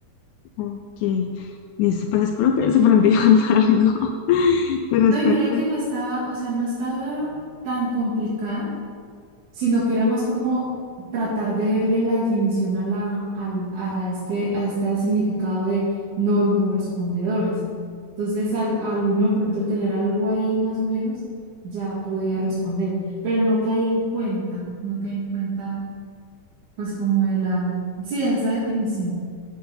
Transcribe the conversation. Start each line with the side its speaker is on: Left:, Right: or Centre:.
Left: Ok, listo, pues espero que hayas aprendido <laughs> algo, pero
Right: No,
Left: espérame
Right: y mira que no estaba, o sea, no estaba tan complicada sino que era más como tratar de verle la definición a la, al, a este, a este significado de normorespondedores. Entonces, al, al uno de pronto tener algo ahí más o menos, ya podía responder, pero no caí en cuenta, no caí en cuenta, pues como de la, sí, de esa definición.